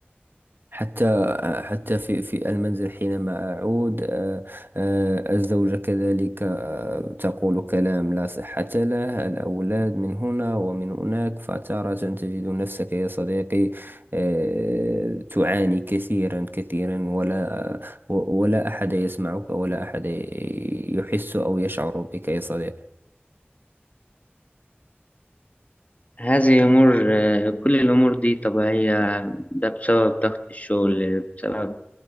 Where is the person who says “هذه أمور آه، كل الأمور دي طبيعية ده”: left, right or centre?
Left